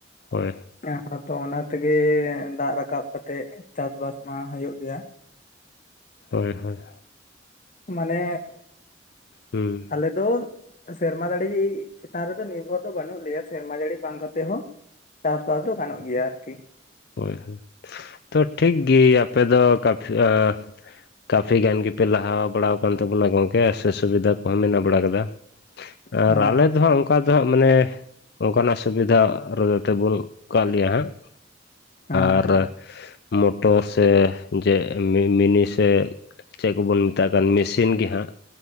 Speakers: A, on the left (about 60°); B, on the left (about 45°).
A: ᱦᱳᱭ ᱾
B: ᱮᱸ ᱟᱫᱚ ᱚᱱᱟ ᱛᱮᱜᱮ ᱫᱟᱜ ᱨᱟᱠᱟᱵ ᱠᱟᱛᱮ ᱪᱟᱥᱵᱟᱥ ᱢᱟ ᱦᱩᱭᱩᱜ ᱜᱮᱭᱟ ᱾
A: ᱦᱳᱭ ᱦᱳᱭ ᱾
B: ᱢᱟᱱᱮ
A: ᱦᱩᱸ
B: ᱟᱞᱮ ᱫᱚ ᱥᱮᱨᱢᱟ ᱡᱟᱹᱲᱤ ᱪᱮᱛᱟᱱ ᱨᱮᱫᱚ ᱱᱤᱨᱵᱷᱚᱨ ᱫᱚ ᱵᱟᱹᱱᱩᱜ ᱞᱮᱭᱟ ᱥᱮᱨᱢᱟ ᱫᱟᱹᱲᱤ ᱵᱟᱝ ᱠᱟᱛᱮ ᱦᱚᱸ ᱪᱟᱥᱵᱟᱥ ᱫᱚ ᱜᱟᱱᱚᱜ ᱜᱮᱭᱟ ᱟᱨᱠᱤ᱾
A: ᱦᱳᱭ ᱦᱳᱭ, ᱛᱚ ᱴᱷᱤᱠ ᱜᱮ ᱟᱯᱮ ᱫᱚ ᱠᱟᱯᱷᱤ ᱮᱸ ᱠᱟᱯᱷᱤ ᱜᱟᱱ ᱜᱮ ᱯᱮ ᱞᱟᱦᱟ ᱵᱟᱲᱟᱣᱟ ᱟᱠᱟᱱ ᱛᱟᱵᱚᱱᱟ ᱜᱚᱝᱠᱮ ᱥᱮ ᱥᱩᱵᱤᱫᱟ ᱠᱚᱦᱚᱸ ᱢᱮᱱᱟᱜ ᱵᱟᱲᱟ ᱠᱟᱫᱟ
B: ᱦᱮᱸ
A: ᱟᱨ ᱟᱞᱮ ᱫᱚ ᱦᱟᱸᱜ ᱚᱝ ᱚᱝᱠᱟ ᱫᱚ ᱦᱟᱸᱜ ᱢᱟᱱᱮ ᱚᱱᱠᱟ ᱱᱟᱜ ᱥᱩᱵᱤᱫᱷᱟ ᱨᱳᱨᱳᱛᱮᱵᱚᱱ ᱟᱠᱟᱜ ᱞᱮᱭᱟ ᱦᱟᱸᱜ ᱾
B: ᱦᱮᱸ
A: ᱟᱨ
B: ᱦᱮᱸ
A: ᱢᱚᱴᱚᱨ ᱥᱮ ᱡᱮ ᱢᱤ-ᱢᱤᱱᱤ ᱥᱮ ᱪᱮᱜ ᱠᱚᱵᱚᱱ ᱢᱮᱛᱟᱜ ᱠᱟᱱ ᱢᱮᱥᱤᱱ ᱜᱮ ᱦᱟᱸᱜ